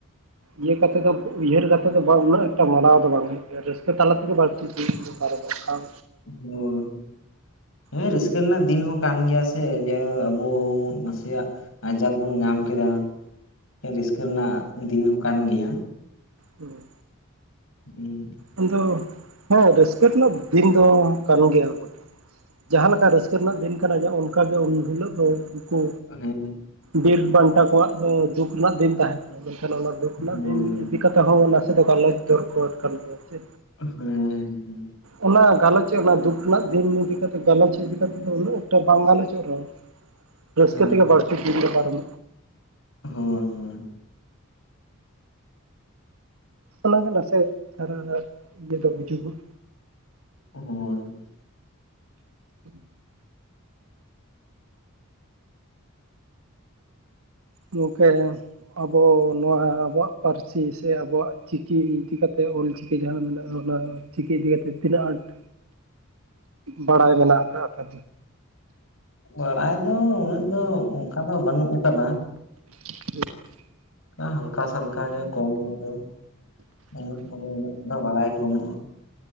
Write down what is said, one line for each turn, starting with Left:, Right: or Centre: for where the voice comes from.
Right: ᱤᱭᱟᱹ ᱠᱟᱛᱮ ᱫᱚ ᱩᱭᱦᱟᱹᱨ ᱠᱟᱛᱮᱫ ᱫᱚ ᱵᱟᱝ ᱩᱱᱟᱹᱜ ᱴᱟᱜ ᱢᱟᱱᱟᱣ ᱫᱚ ᱵᱟᱝ ᱦᱩᱭᱩᱜ ᱠᱟᱱᱟ ᱨᱟᱹᱥᱠᱟᱹ ᱛᱟᱞᱟ ᱛᱮᱜᱮ ᱵᱟᱲᱛᱤ ᱫᱚ ᱚᱱᱠᱟ ᱨᱮᱫᱚᱜ ᱠᱷᱟᱱ᱾
Left: ᱦᱚᱭ ᱦᱮᱸ
Right: ᱦᱩᱸ
Left: ᱨᱟᱹᱥᱠᱟᱹ ᱨᱮᱱᱟᱜ ᱫᱤᱱ ᱦᱚᱸ ᱠᱟᱱ ᱜᱮᱭᱟ ᱥᱮ ᱡᱮ ᱟᱵᱩ ᱱᱟᱥᱮᱭᱟᱜ ᱟᱡᱟᱛ ᱵᱩᱱ ᱧᱟᱢ ᱠᱮᱫᱟ ᱨᱟᱹᱥᱠᱟᱹ ᱨᱮᱱᱟᱜ ᱫᱤᱱ ᱦᱚᱸ ᱠᱟᱱ ᱜᱮᱭᱟ
Right: ᱦᱮᱸ᱾
Left: ᱦᱮᱸ᱾
Right: ᱟᱫᱚ ᱦᱮᱸ ᱨᱟᱹᱥᱠᱟᱹ ᱨᱮᱱᱟᱜ ᱫᱤᱱ ᱫᱚ ᱠᱟᱱ ᱜᱮᱭᱟ ᱟᱵᱚᱷᱮᱱ ᱡᱟᱦᱟᱸ ᱞᱮᱠᱟ ᱨᱟᱹᱥᱠᱟᱹ ᱨᱮᱱᱟᱜ ᱫᱤᱱ ᱠᱟᱱᱟ ᱡᱚ ᱚᱱᱠᱟᱜᱮ ᱩᱱ ᱦᱤᱞᱳᱜ ᱫᱚ ᱩᱱᱠᱩ
Left: ᱦᱮᱸ
Right: ᱵᱤᱨ ᱵᱟᱱᱴᱟ ᱠᱚᱣᱟᱜ ᱫᱚ ᱫᱩᱠ ᱨᱮᱱᱟᱜ ᱫᱤᱱ ᱛᱟᱦᱮᱸ ᱠᱟᱱᱟ ᱢᱮᱱᱠᱷᱟᱱ ᱚᱱᱟ ᱫᱩᱠ ᱨᱮᱱᱟᱜ
Left: ᱦᱳᱭ
Right: ᱫᱤᱱ
Left: ᱦᱳᱭ
Right: ᱤᱫᱤ ᱠᱟᱛᱮ ᱦᱚᱸ ᱱᱟᱥᱮ ᱫᱚ ᱠᱟᱱ ᱜᱟᱞᱚᱡᱽ ᱫᱚᱨᱠᱟᱨ ᱠᱟᱱ ᱜᱮᱭᱟ ᱪᱮ
Left: ᱦᱩᱸ ᱦᱩᱸ
Right: ᱚᱱᱟ ᱜᱟᱞᱚᱪ ᱪᱮ ᱚᱱᱟ ᱫᱩᱠ ᱨᱮᱱᱟᱜ ᱫᱤᱱ ᱤᱫᱤ ᱠᱟᱛᱮᱜ ᱜᱟᱞᱚᱪ ᱤᱫᱤ ᱠᱟᱛᱮ ᱫᱚ ᱩᱱᱟᱹᱜ ᱮᱠᱴᱟ ᱵᱟᱝ ᱜᱟᱱᱦᱚᱪᱟ ᱨᱮᱦᱚᱸ ᱨᱚᱥᱠᱟᱹ
Left: ᱦᱮᱸ
Right: ᱛᱮᱜᱮ ᱵᱟᱹᱲᱛᱤ ᱫᱤᱱ ᱫᱚ ᱯᱟᱨᱚᱢ
Left: ᱦᱳᱭ ᱦᱳᱭ
Right: ᱚᱱᱟ ᱠᱟᱱᱟᱥᱮ ᱫᱷᱟᱨᱟ ᱦᱟᱨᱟ ᱤᱭᱟᱹ ᱫᱚ ᱵᱩᱡᱩᱜᱚᱜ
Left: ᱦᱚᱭ
Right: <inaudible> ᱱᱩᱠᱮᱭᱟᱝ <unintelligible> ᱟᱵᱚ ᱱᱚᱣᱟ ᱟᱵᱚᱣᱟᱜ ᱯᱟᱹᱨᱥᱤ ᱥᱮ ᱟᱵᱚᱣᱟᱜ ᱪᱤᱠᱤ ᱤᱫᱤ ᱠᱟᱛᱮ ᱚᱞ ᱪᱤᱠᱤ ᱡᱟᱦᱟᱸ ᱢᱮᱱᱟᱜ-ᱟ ᱚᱱᱟ ᱪᱤᱠᱤ ᱤᱫᱤ ᱠᱟᱛᱮ ᱛᱤᱱᱟᱹᱜ ᱟᱸᱴ ᱵᱟᱲᱟᱭ ᱢᱮᱱᱟᱜ ᱠᱟᱜ-ᱟ
Left: ᱵᱟᱲᱟᱭ ᱫᱚ ᱩᱱᱟᱹᱜ ᱫᱚ ᱚᱱᱠᱟ ᱫᱚ ᱵᱟᱹᱱᱩᱜ ᱠᱟᱫᱟ
Right: <unintelligible>
Left: ᱠᱟ ᱦᱟᱞᱠᱟ ᱥᱟᱞᱠᱟ ᱜᱮ ᱠᱚᱢ ᱜᱮ ᱩᱱᱟᱹᱜ ᱫᱚ ᱵᱟᱲᱟᱭ ᱠᱚ ᱵᱟᱹᱱᱩᱜ-ᱟ